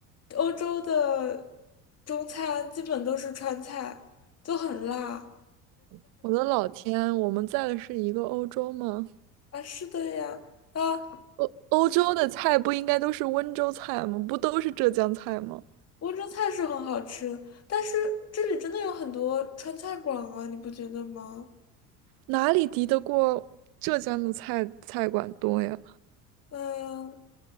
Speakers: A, on the left (about 30°); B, on the right (about 45°).
A: 欧洲的中餐基本都是川菜，都很辣
B: <laughs> 我的老天，我们在的是一个欧洲吗？
A: 啊。是的呀，啊，
B: 欧欧洲的菜不应该都是温州菜吗？不都是浙江菜吗？
A: 温州菜是很好吃，但是这里真的有很多川菜馆啊，你不觉得吗？
B: 哪里敌得过浙江的菜菜馆多呀？
A: 嗯，